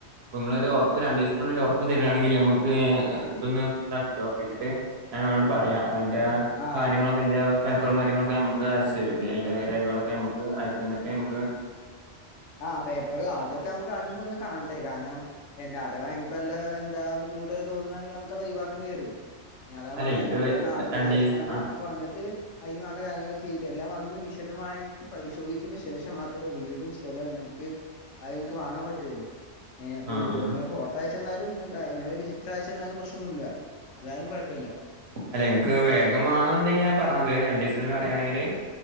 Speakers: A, on the right (about 60°); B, on the left (about 75°).
A: അപ്പ ഇങ്ങളൊരു ഒറപ്പ് രണ്ടത്തിനുള്ളി ഒറ ഇപ്പ തെരാണങ്കില് ഞമ്മക്ക് ഇതൊന്ന് ഇണ്ടാക്കിക്കൊ ഒറപ്പിച്ചട്ട് ഞാൻ അവനോട് പറയാ അപ്പ അയിന്റ
B: ആഹ് ആഹ്
A: കാര്യങ്ങളൊക്കെ അയിന്റ പേപ്പറും കാര്യങ്ങളൊക്ക ഞ്ഞമ്മക്ക് അയച്ചു തരും അയിന്റെ രേഖകളൊക്കെ ഞ്ഞമ്മക്ക് അയച്ചന്നിട്ട് നമ്മുക്ക്
B: ആ പേപ്പർ അതൊക്കെ നമുക്ക് ആദ്യം പോയൊന്ന് കാണണ്ടെ കാരണം എന്താ അഥവാ നിക്ക് വല്ല എന്താ ബുദ്ധിമുട്ടായി തോന്നുവാണെങ്കിൽ അതമ്മക്ക് ഒഴിവാക്കണ്ടി വരും ഞാതാ
A: അല്ലെ
B: പറഞ്ഞേ <unintelligible>
A: ഇത് രണ്ടീസ്
B: വിദേശത്താണ്
A: ആ
B: നാട്ടക്ക് വന്നട്ട് അയിന് വേണ്ട കാര്യങ്ങള് ചെയ്ത് എല്ലാം വന്ന് വിശദമായിട്ട് പരിശോധിച്ചതിനു ശേഷം മാത്രമേ വീടും സ്ഥലവും എനക്ക് അത് എനക്ക് വാങ്ങാൻ പറ്റുള്ളൂ ഏ അപ്പൊ
A: ആ ആ
B: ഇങ്ങ ഫോട്ട ച്ചന്നാലും അങ്ങെ ഒരു ചിത്രയച്ചെന്നാലും പ്രശ്നൊന്നുല്ല അതാലും കുഴപ്പമില്ല
A: അല്ല നിങ്ങക്ക് വേഗം വേണെന്നുണ്ടെങ്കി ഞാൻ പറഞ്ഞത് രണ്ടു ദിവസിന്ന് പറയുയാണെങ്കില്